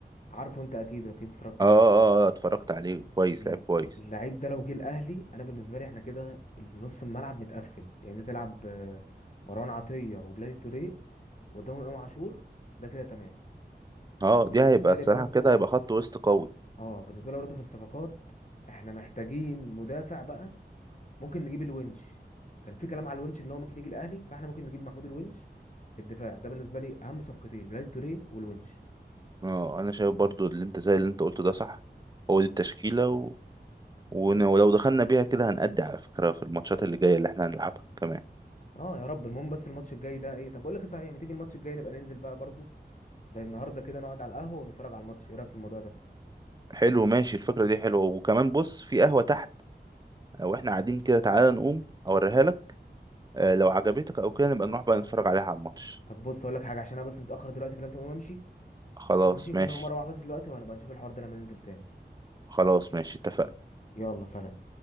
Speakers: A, on the left; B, on the right.
A: عارفه انت اكيد اكيد اتفرجت
B: اه,
A: عليه
B: آه اتفرجت عليه كويس
A: ال-
B: لعب كويس
A: اللعيب ده لو جه الاهلي انا بالنسبه لي احنا كده نص الملعب متقفل يعني انت تلعب آه، مروان عطيه وبلاتي توريه وقدامهم امام عاشور ده كده تمام
B: اه دي
A: بالنسبه
B: هيبقى الصراحه
A: لي برضو
B: كده هيبقى خط وسط قوي
A: اه بالنسبه لي برضو في الصفقات احنا محتاجين مدافع بقى ممكن نجيب الونش كان في كلام على الونش ان هو ممكن يجي الاهلي فاحنا ممكن نجيب محمود الونش في الدفاع ده بالنسبه لي اهم صفقتين بلاتي توريه والونش
B: اه انا شايف برضو اللي انت زي اللي انت قلته ده صح هو دي التشكيله و... ون- ولو دخلنا بيها كده هنأدي على فكره في الماتشات اللي جايه اللي احنا هنلعبها كمان
A: اه يا رب المهم بس الماتش الجاي ده ايه طب بقول لك إيه صحيح ما تيجي الماتش الجاي نبقى ننزل بقى برضو زي النهارده كده نقعد على القهوه ونتفرج على الماتش ايه رايك في الموضوع ده
B: حلو ماشي الفكره دي حلوه وكمان بص في قهوه تحت لو احنا قاعدين كده تعالى نقوم اوريها لك آه، لو عجبتك او كده نبقى نروح بقى نتفرج عليها على الماتش
A: طب بص اقول لك حاجه عشان انا بس متاخر دلوقتي فلازم اقوم امشي
B: خلاص
A: ماشي
B: ماشي
A: فانا هقوم اروح بس دلوقتي وهنبقى نشوف الحوار ده لما ننزل تاني
B: خلاص ماشي اتفقنا
A: يلا سلام